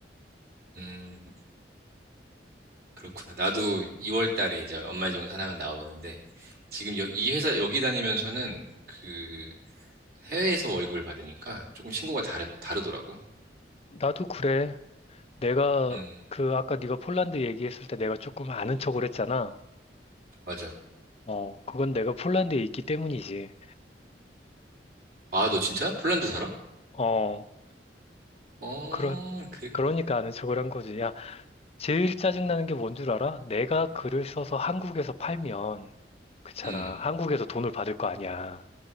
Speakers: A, on the right; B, on the left.
A: 음, 그렇구나. 나도 2월 달에 이제 연말정산 하면 나오는데, 지금 여, 이 회사, 여기 다니면서는 그 해외에서 월급을 받으니까 조금 신고가 다르, 다르더라고.
B: 나도 그래. 내가
A: 음,
B: 그 아까 네가 폴란드 얘기했을 때 내가 조금 아는 척을 했잖아.
A: 맞아.
B: 어, 그건 내가 폴란드에 있기 때문이지.
A: 아, 너 진짜? 폴란드 살아?
B: 어,
A: 어,
B: 그러,
A: 그,
B: 그러니까 아는 척을 한 거지. 야, 제일 짜증나는 게 뭔 줄 알아? 내가 글을 써서 한국에서 팔면, 그렇잖아.
A: 음,
B: 한국에서 돈을 받을 거 아니야.